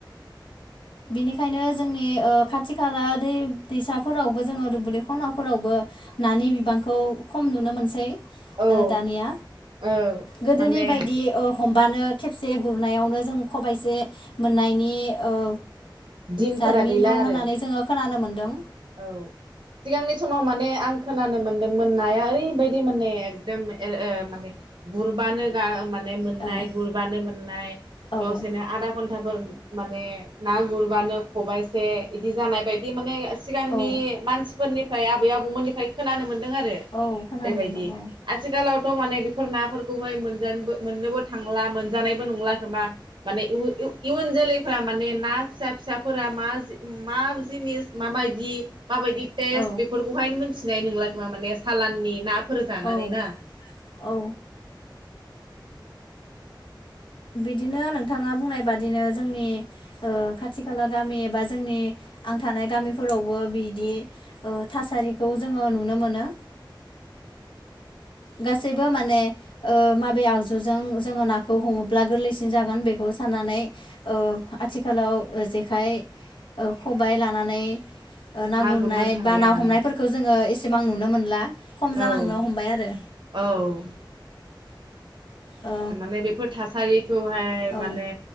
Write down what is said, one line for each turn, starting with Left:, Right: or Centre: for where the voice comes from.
Left: बेनिखायनो जोंनि ओ खाथि खाला दै-दैसाफोरावबो जोङो दुब्लि खनाफोरावबो नानि बिबांखौ खम नुनो मोनसै। ओ
Right: औ
Left: दानिया
Right: औ
Left: गोदोनि
Right: माने
Left: बायदि अ हमबानो खेबसे गुरनायावनो जों खबाइसे मोननायनि ओ
Right: दिनफोरा
Left: जारिमिन
Right: गैला
Left: दं
Right: आरो
Left: होननानै जोङो खोनानो मोन दों।
Right: औ सिगांनि समाव माने आं खो नानो मोनदोंमोन नाया ओरैबायदि माने एकदम एर एर माने गुरबानो गा माने मोननाय
Left: औ
Right: गुरबानो मोननाय
Left: औ
Right: दसेनो आदा घन थाफोर माने ना गुरबानो खबाइसे इदि जानाय बायदि माने सिगांनि
Left: औ
Right: मानसिफोरनि फ्राय आबै आबौमोननिफ्राय खोनानो मोन दों आरो
Left: औ खोनानो
Right: बेबायदि
Left: मोनदों औ
Right: आथिखालाव थ माने बेफोर नाफोरखौहाय मोनजानोबो मोननोबो थांला मोनजानायबो नंला खोमा माने उ इय-इयुन जोलै फोरा माने ना फिसा फिसाफोरा मा जि मा जिनिस माबायदि माबायदि टेस्ट
Left: औ
Right: बेफोरखौहाय मोनथि थिनाय नोंला खोमा माने सालाननि ना फोर जानानै
Left: औ
Right: ना
Left: औ बिदिनो नोंथाङा बुंनाय बादिनो जोंनि ओ खाथि खाला गामि एबा जोंनि आं थानाय गामिफोरावबो बिदि ओ थासारिखौ जोङो नुनो मोनो। गासैबो माने ओ माबे आगजुजों जोंङो नाखौ हमोब्ला गोरलैसिन जागोन बेखौ साननानै ओ आथिखालाव ओ जेखाइ ओ खबाय लानानै ओ ना गुरनाय
Right: गुरनो थांलिया
Left: बा ना
Right: माने
Left: हमनायफोरखो जोङो एसेबां नुनो मोन ला। खम
Right: औ
Left: जालांनो हमबाय आरो।
Right: औ
Left: औ
Right: माने बेफोर थासारि खौहाय
Left: औ
Right: माने